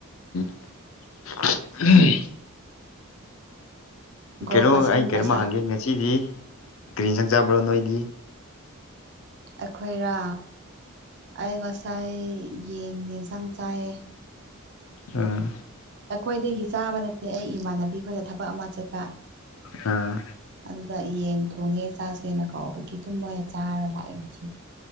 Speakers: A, on the left (about 65°); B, on the right (about 55°).
A: ꯎꯝ
B: ꯒꯣꯜ
A: ꯀꯩꯅꯣ
B: ꯃꯁꯤꯡ
A: ꯑꯩ ꯀꯔꯤꯝ
B: ꯄꯩꯁꯥ
A: ꯍꯥꯡꯒꯦ ꯉꯁꯤꯗꯤ ꯀꯔꯤ ꯁꯪꯆꯕ꯭ꯔꯣ ꯅꯣꯏꯗꯤ
B: ꯑꯩꯈꯣꯏꯔꯥ ꯑꯩ ꯉꯁꯥꯏ ꯌꯦꯟ ꯌꯦꯟꯁꯥꯡ ꯆꯥꯏꯌꯦ
A: ꯑꯥ
B: ꯑꯩꯈꯣꯏꯗꯒꯤ ꯆꯥꯕ ꯅꯠꯇꯦ ꯑꯩ ꯏꯃꯥꯟꯅꯕꯤꯈꯣꯏꯅ ꯊꯕꯛ ꯑꯃ ꯆꯠꯄ
A: ꯑꯥ
B: ꯑꯗꯨꯗ ꯌꯦꯟ ꯊꯣꯡꯉꯦ ꯆꯥꯛ ꯁꯦꯅ ꯀꯥꯎꯕꯒꯤ ꯇꯨꯝ ꯃꯣꯏ ꯆꯥꯔ ꯂꯥꯛꯑꯦ ꯉꯁꯤꯗꯤ